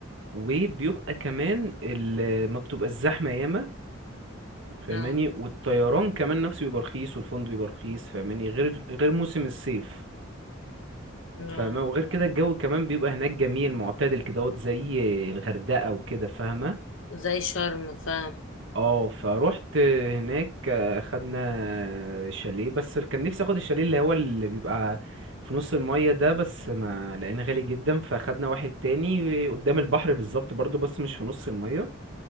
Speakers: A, on the right (about 70°); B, on the left (about 75°).
A: وبيبقى كمان ال- ما بتبقى الزحمة ياما فاهماني
B: اه
A: والطيران كمان نفسه بيبقى رخيص والفندق بيبقى رخيص فاهماني غير غير موسم الصيف
B: اه
A: فاهمة وغير كده الجو كمان بيبقى هناك جميل معتدل كدهوت زي الغردقة وكده فاهمة
B: زي شرم فاهم
A: اه فروحت هناك آه، خدنا شاليه بس كان نفسي اخد الشاليه اللي هو اللي بيبقى في نص المية ده بس ما لقينا غالي جدا فاخدنا واحد تاني قدام البحر بالظبط برضو بس مش في نص المية